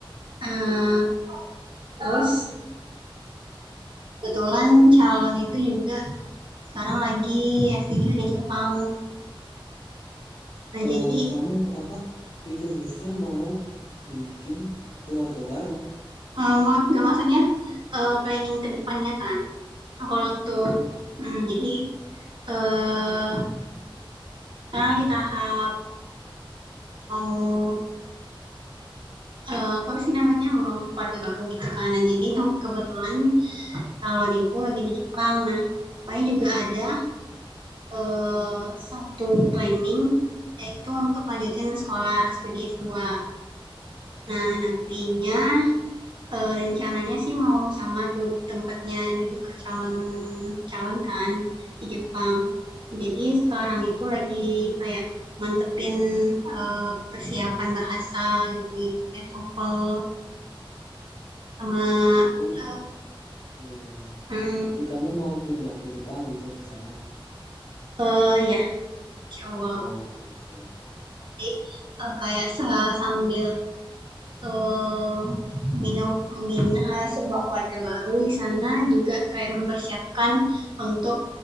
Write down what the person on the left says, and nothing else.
Eh,
kamu apa? Future goalsnya mau bikin keluarga baru?
Heeh.
Oh,
iya iya iya.
Berarti kamu mau pindah ke Jepang gitu rencana?
Oke oke.